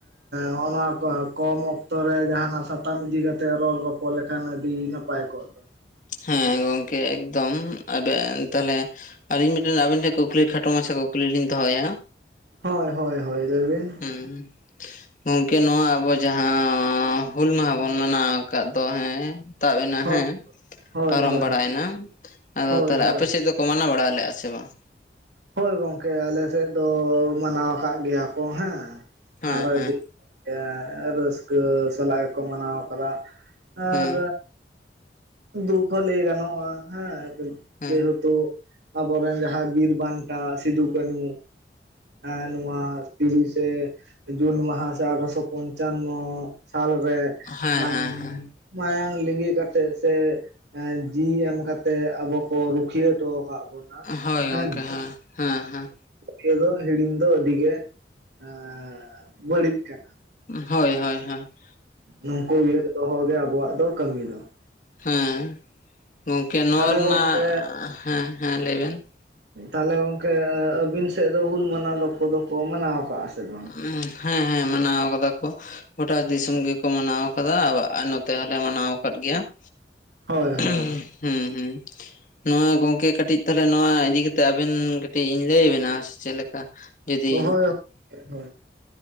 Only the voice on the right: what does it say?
ᱦᱚᱸᱜ-ᱚ ᱱᱚᱣᱟ ᱠᱚᱢ ᱚᱠᱛᱚ ᱨᱮ ᱡᱟᱦᱟᱸᱱᱟᱜ ᱥᱟ ᱥᱟᱛᱟᱢ ᱤᱫᱤ ᱠᱟᱛᱮᱜ ᱨᱚᱲ ᱨᱚᱯᱚᱲ ᱞᱮᱠᱷᱟᱱ ᱟᱹᱰᱤ ᱱᱟᱯᱟᱭ ᱠᱚᱜ ᱫᱚ᱾
ᱦᱳᱭ ᱦᱳᱭ ᱦᱳᱭ ᱞᱟᱹᱭ ᱵᱤᱱ᱾
ᱦᱳᱭ
ᱦᱳᱭ
ᱦᱳᱭ
ᱦᱳᱭ
ᱦᱳᱭ
ᱦᱳᱭ ᱜᱚᱝᱠᱮ ᱟᱞᱮ ᱥᱮᱫ ᱫᱚ ᱢᱟᱱᱟᱣ ᱟᱠᱟᱫ ᱜᱮᱭᱟ ᱠᱚ ᱦᱮᱸ
ᱟᱨ
ᱟᱹᱰᱤ ᱭᱟ ᱨᱟᱹᱥᱠᱟᱹ ᱥᱟᱞᱟᱜ ᱜᱮᱠᱚ ᱢᱟᱱᱟᱣ ᱠᱟᱫᱟ ᱾ ᱟᱨ
ᱫᱩᱠ ᱦᱚᱸ ᱞᱟᱹᱭ ᱜᱟᱱᱚᱜᱼᱟ ᱦᱮᱸ,
ᱡᱮᱦᱮᱛᱩ ᱟᱵᱚᱨᱮᱱ ᱡᱟᱦᱟᱸ ᱵᱤᱨ ᱵᱟᱱᱴᱟ ᱥᱤᱫᱩ ᱠᱟᱱᱩ ᱮᱸ ᱱᱚᱣᱟ ᱛᱤᱨᱤᱥᱮᱻ ᱡᱩᱱ ᱢᱟᱦᱟ ᱥᱮ ᱟᱴᱷᱨᱚᱥᱚ ᱯᱚᱧᱪᱟᱱᱱᱚ ᱥᱟᱞᱨᱮ,
ᱢᱟᱹᱱᱢᱤ
ᱢᱟᱭᱟᱝ ᱞᱤᱸᱜᱤ ᱠᱟᱛᱮᱜ ᱥᱮ, ᱡᱤᱣᱤ ᱮᱢ ᱠᱟᱛᱮ ᱟᱵᱚ ᱠᱚ ᱨᱩᱠᱷᱤᱭᱟᱹ ᱦᱚᱴᱚ ᱟᱠᱟᱫ ᱵᱚᱱᱟ ᱾ ᱚᱱᱟ
ᱦᱮᱸ-
ᱤᱭᱟᱹ ᱫᱚ ᱦᱤᱲᱤᱧ ᱫᱚ ᱟᱹᱰᱤ ᱜᱮ ᱮᱸ ᱵᱟᱹᱲᱤᱡ ᱠᱟᱱᱟ ᱾
ᱱᱩᱝᱠᱩ ᱩᱭᱦᱟᱹᱨ ᱫᱚᱦᱚ ᱜᱮ ᱟᱵᱚᱣᱟᱜ ᱫᱚ ᱠᱟᱹᱢᱤ ᱫᱚ ᱾
ᱛᱟᱦᱚᱞᱮ
ᱜᱚᱝᱠᱮ
ᱛᱟᱦᱟᱚᱞᱮ ᱜᱚᱝᱠᱮ ᱟᱹᱵᱤᱱ ᱥᱮᱫ ᱫᱚ ᱦᱩᱞ ᱢᱟᱱᱟᱣ ᱫᱚ ᱠᱚ ᱫᱚᱠᱚ ᱢᱟᱱᱟᱣ ᱟᱠᱟᱜ-ᱟ ᱥᱮ? ᱵᱟᱝ
ᱦᱳᱭ
ᱦᱳᱭ
ᱦᱳᱭ ᱦᱳᱭ ᱾